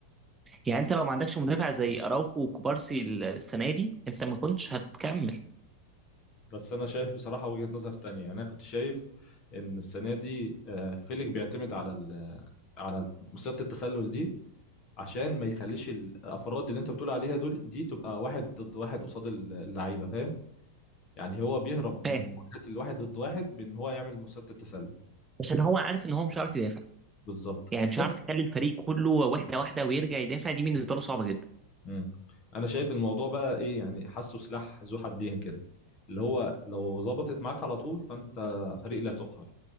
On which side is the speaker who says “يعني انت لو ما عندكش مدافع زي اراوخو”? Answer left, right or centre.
Right